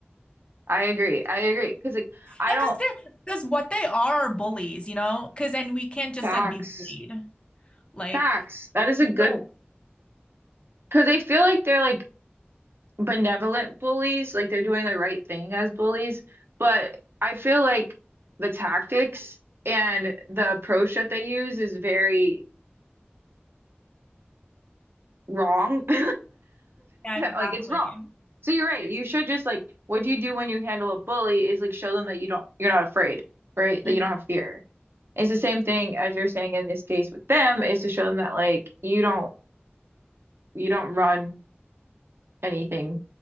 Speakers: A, on the right (about 70°); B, on the left (about 25°).
A: I agree. I agree. Because, like, I
B: Yeah,
A: don't,
B: because they're because what they are are bullies, you know? Because and we can't just
A: facts,
B: like be bullied. Like
A: facts. That is
B: you
A: a good,
B: don't,
A: because they feel like they're like benevolent bullies, like they're doing the right thing as bullies. But I feel like the tactics and the approach that they use is very wrong. <laughs>
B: yeah, exactly.
A: Like it's wrong. So you're right. You should just like what do you do when you handle a bully is like show them that you don't you're not afraid, right?
B: Mhm.
A: That you don't have fear. It's the same thing as you're saying in this case with them is to show them that like you don't you don't run anything